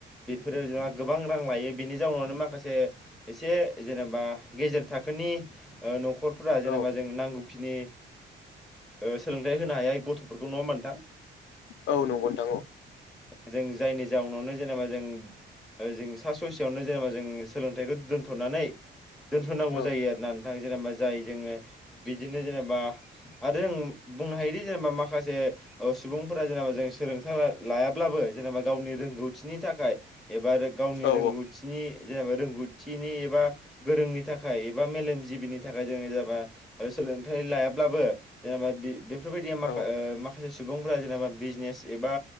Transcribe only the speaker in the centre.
बेफोरो जों गोबां रां लायो बेनि जाउनावनो माखासे एसे। जेनेबा गेजेर थाखोनि ओ न'खरफोरा
जेनेबा जों नांगौखिनि ओ सोलोंथाइ होनो हायै गथ'फोरखौ नङा होमबा नोंथां?
जों जायनि जाउनावनो जेनेबा जों ओ जों फा ससेयावनो जेनेबा जों सोलोंथाइखौ दोन्थ'नानै दोनथ'नांगौ
जायो आरोना नोंथां जेनेबा जाय जोङो बिदिनो जेनेबा आ जों बुंनो हायोदि जेनेबा मा खासे ओ सुबुंफोरा जेनेबा जों सोलोंथाइ ला लायाब्लाबो जेनेबा गावनि रोंगौथिनि थाखाय एबा रो गावनि
रोंगौथिनि जेनेबा रोंगौथिनि एबा गोरोंनि थाखाय एबा मेलेम जिबिनि थाखाय जोङो जेनेबा सोलोंथाइ लायाब्लाबो जेनेबा बेफोरबायदिया माखा
ओ मा खासे सुबुंफोरा जेनेबा बिजनेस एबा